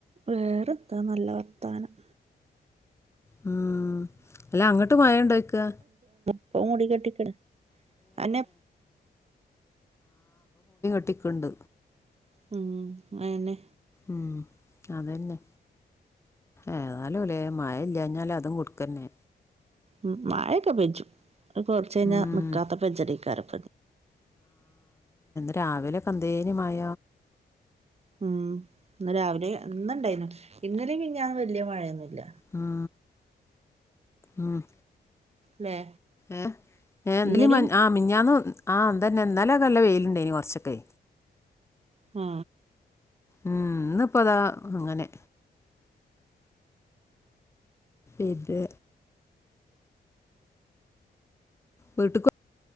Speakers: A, on the right; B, on the left.
A: വേറെത്ത നല്ല വർത്താനം
B: മ് അല്ല അങ്ങട്ട് മഴണ്ടോയ്ക്ക
A: ഒന് മുടി കെട്ടിക്ക്ന് അന്നേ
B: ട്ടിക്ണ്ട്
A: മം അന്നെ
B: ഉം അതന്നെ ഏതാലും ലെ മഴ കഴിഞ്ഞാൽ അതും കൊടുക്കന്നെ
A: ഉ മഴൊക്കെ പെജ്ജും അഹ് കൊറച്ച് കഴിഞ്ഞാ
B: ഉം
A: നിക്കാത്ത പെജ്ജലേക്കാരം
B: രാവിലെ കന്തേനുമാഴ
A: ഉം ഇന്ന് രാവിലെ ഇന്ന് ണ്ടെന്യു ഇന്നലും മിഞ്ഞാന്നും വെല്ല്യ മഴയൊന്നുല്ല
B: ആ മ്
A: ല്ലേ
B: ഏ ഏ
A: ഇന്നലെയും
B: ന്നെലിയും ആ മിഞ്ഞ മിഞ്ഞാന്ന് വന്ന് ആഹ് അതന്നെ ഇന്നലൊക്കെ നല്ല വെയിലുണ്ടായിനി കൊറച്ചൊക്കെ
A: ആ
B: ഉം ഇന്ന് ഇപ്പതാ ഇങ്ങനെ ഇത് വീട്ടുക്ക്‌